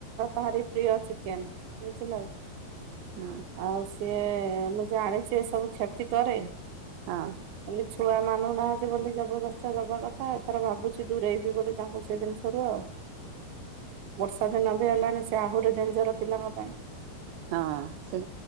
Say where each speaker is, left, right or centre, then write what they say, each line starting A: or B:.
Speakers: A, on the right (about 70°); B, on the right (about 90°).
A: ଭାରି ପ୍ରିୟ ଚିକେନ ବୁଝିଲକି।
B: ହଁ।
A: ଆଉ ସିଏ ମୁଁ ଜାଣିଛି ଏ ସବୁ କ୍ଷତି କରେ।
B: ହଁ।
A: ଖାଲି ଛୁଆ ମାନୁନାହାନ୍ତି ବୋଲି ଜବରଦସ୍ତିଆ ଦବା କଥା। ଏଥର ଭାବୁଛି ଦୁରେଇବି ବୋଲି ତାଙ୍କୁ ସେଇ ଜିନିଷରୁ ଆଉ।
B: ହଁ
A: ବର୍ଷା ଦିନ ବି ହେଲାଣି ସେ ଆହୁରି ଡେଞ୍ଜର ପିଲାଙ୍କ ପାଇଁ।
B: ହଁ ସେ